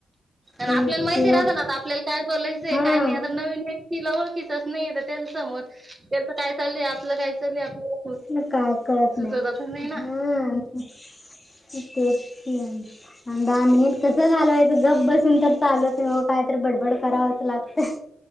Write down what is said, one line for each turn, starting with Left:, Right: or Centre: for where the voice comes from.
Right: पण
Left: तेच
Right: आपल्याला माहिती
Left: किंवा
Right: राहत ना आता आपल्याला काय बोलायचंय
Left: हा
Right: काय नाय आता नवीन व्यक्तीला ओळखी प्रश्न येत त्यांच समोर त्याच काय चाललंय आपलं काय चाललंय आपल्याला
Left: म काय कळत
Right: सुचतच
Left: नाय
Right: नाही ना
Left: हो <unintelligible> तेच की आणि अनं दहा मिनिट कसं घालवायचं गप बसून तर चालत कायतरी बडबड करावच लागत.